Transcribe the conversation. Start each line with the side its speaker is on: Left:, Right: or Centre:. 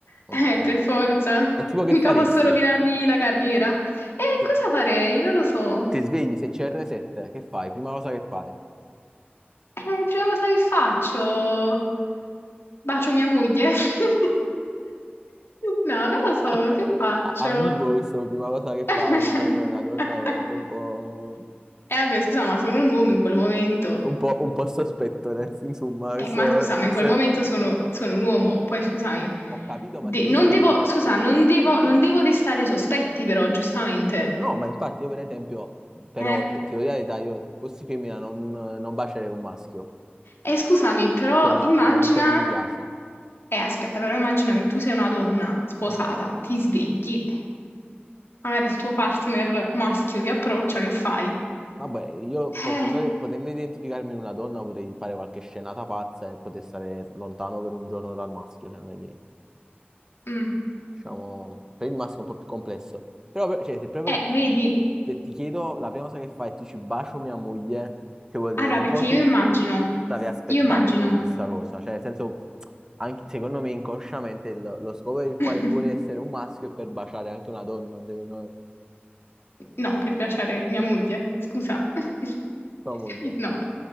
Right: Ok.
Left: Eh, per forza,
Right: È tipo che
Left: mica
Right: faresti?
Left: posso rovinargli la carriera. E
Right: Che
Left: cosa farei? Non lo so.
Right: ti svegli se c'è R7, che fai? Prima cosa che fai?
Left: Eh, prima cosa che faccio? Bacio mia moglie? <laughs> No, non lo so,
Right: <laughs>
Left: che faccio?
Right: A- Ambiguo questo, prima cosa che
Left: <laughs>
Right: fai, baciare una donna, è veramente un po',
Left: E vabbè, scusa, ma sono un uomo in quel momento.
Right: un po', un po' sospetto, nel- insomma, questo,
Left: Eh, ma scusa, ma
Right: questo-
Left: in quel momento sono, sono un uomo, poi scusami,
Right: ho capito,
Left: de-
Right: ma sei tu
Left: non
Right: sempre...
Left: devo, scusa, non devo, non devo destare sospetti però, giustamente.
Right: No, ma infatti io per esempio, però
Left: Eh,
Right: se- ti devo dire la verità, io fossi femmina non, non bacerei un maschio,
Left: eh, scusami, però
Right: cioè mi-
Left: immagina,
Right: comunque non mi piace.
Left: eh, aspetta, però immagina che tu sei una donna sposata,
Right: Ok.
Left: ti svegli, magari il tuo partner maschio ti approccia, che fai?
Right: Vabbè, io potendo,
Left: Eh,
Right: potendo identificarmi in una donna vorrei fare qualche scenata pazza e poter stare lontano per un giorno dal maschio, cioè non è che,
Left: mm,
Right: diciamo, per il maschio è un po' più complesso. Però, per- cioè, se proprio
Left: eh, vedi?
Right: te- ti chiedo, la prima cosa che fai è tu ci bacio mia moglie, che vuol dire
Left: Allora,
Right: che un
Left: perché
Right: po' tu
Left: io immagino,
Right: stavi aspettando
Left: io immagino.
Right: questa cosa, cioè nel senso, anche, secondo me inconsciamente il- lo scopo per il quale
Left: <laughs>
Right: tu vuoi essere un maschio è per baciare anche una donna, secondo me,
Left: No, per piacere, mia moglie, scusa. <laughs>
Right: tua moglie.
Left: No,